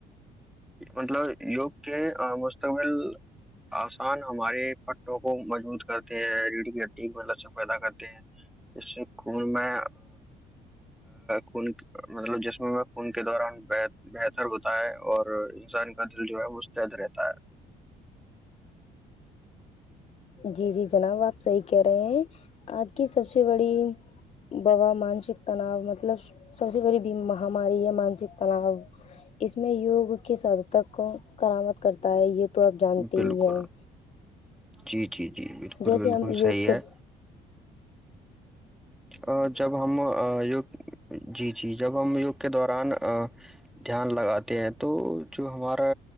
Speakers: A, in the centre; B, on the left.
A: مطلب یگ کے مقبل آسان ہمارے پٹوں کو مضبوط کرتے ہیں ریڑ کی ا میں لسن پیدا کرتے ہیں اس سے خون میں خون مطلب جسم میں خون کے دوران بہتر ہوتا ہے اور انسان کا ل جو ہے مستد رہتا ہے
B: جی جی جناب آپ صحی کہہ رہے ہیں آج کی سب سے بڑی با مانسک تناؤ مطلب سب سے بڑی مہاماری ہے مانسک تناؤ اس میں یوگ کے سد تک کرآامد کرتا ہے یہ تو آپ جانتے
A: بالکل
B: ہی ہیں
A: جی جی جی جی بالکل
B: جیسے
A: بالکل
B: ہم یوگ
A: صحی
B: کے
A: ہے ا جب ہم یوگ جی جی جب ہم یوگ کے دوران دھیان لگاتے ہیں تو جو ہمارا